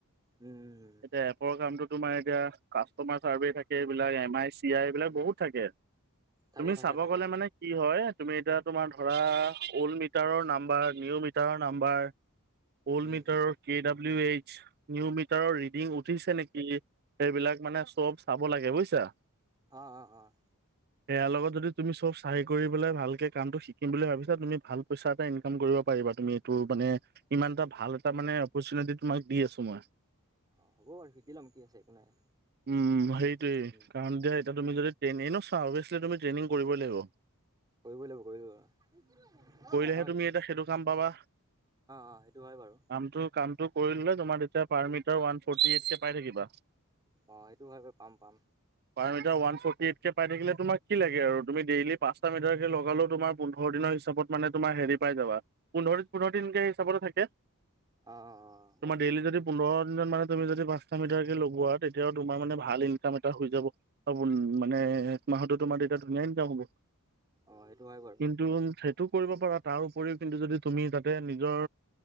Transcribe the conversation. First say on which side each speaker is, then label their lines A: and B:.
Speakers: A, on the right; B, on the right.
A: উম উম উম
B: এতিয়া এপৰ কামটো তোমাৰ এতিয়া কাষ্টমাৰ চাৰ্ভে থাকে এইবিলাক এম আই চি আই এইবিলাক বহুত থাকে।
A: থাকে
B: তুমি
A: থাকে
B: চাব
A: থাকে
B: গ'লে
A: অ
B: মানে কি হয় তুমি এতিয়া তোমাৰ ধৰা অল্ড মি নাম্বৰ নিউ মিটাৰৰ নাম্বাৰ অল্ড
A: উম
B: মিটাৰৰ
A: উম
B: কেইডাল। ডাবলিউ এইচ নিউ মিটাৰৰ ৰিডিং উঠিছে নেকি? সেইবিলাক মানে চব চাব লাগে বুজিছা।
A: অ'-অ'-অ',
B: এইয়াৰ লগত যদি, তুমি চব চাই কৰি পেলাই ভালকে কামটো শিকিম বুলি ভাবিছা, তুমি ভাল। পইচা পাই ইনকম কৰিব পাৰিবা। তুমি এইটো মানে ইমান এটা ভাল এটা মানে অপাৰচুনেতি তোমাক দি আছো মই।
A: অ' হ'ব বাৰু শিকি ল'ম কি আছে। একো নাই।
B: উম, হেইটোোৱেই
A: উম
B: কাৰণ দে, অ'ট মোৱাল এনে‌ নষ্ট‌ হৱ। অবচিলি ৰ্ট্ৰেইনিং কৰিবই লাগিব।
A: কৰিবই লাগিব কৰিব লাগিব। আমি নাজানো অ'হে।
B: এই, তুমি এটা সেইটো কাম পাবা।
A: অ সেইটো হয় বাৰু
B: আমিটো কা। আমিটো কৰি পেলাই জমা দিম। এতিয়া পাৰমিটাৰ ৱান ফ'ৰটি এ'ট কে পায় থাকিবা।
A: বা, এইটো ভাগভ পাম পাম।
B: পাৰ মিটাৰ ৱান ফ'ৰটি এইত কে পাই থাকিলে, তোমাৰ কি লাগে আৰু তুমি ডেইলি পাচটা মিটাৰ কে লগালে, তোমাৰ পোন্ধৰ দিনৰ হিচাপত। মানে, তোমাৰ হেৰি পাই গ'লা। পোন্ধৰ দিন, পোন্ধৰ দিনকে হিচাপতে থাকে।
A: অ অ অ গম
B: তোমাৰ, দেৰিলি যদি পোন্ধৰ। ইমান মাহত তুমি যদি পাঁচটা মিটাৰকে লগোৱা। তেতিয়াও তোমাৰ মানে, ভাল ইনকাম এটা হৈ যাব হৱ মানে। এক মাহতে তোমাৰ, দেউতা নাইন পাৱগৈ।
A: অ সেইটো হয় বাৰু
B: কিন্তু‌ থাক। কি কৰিব পাৰা, তাৰ উপৰিও কিন্তু যদি তুমি তাতে নিজৰ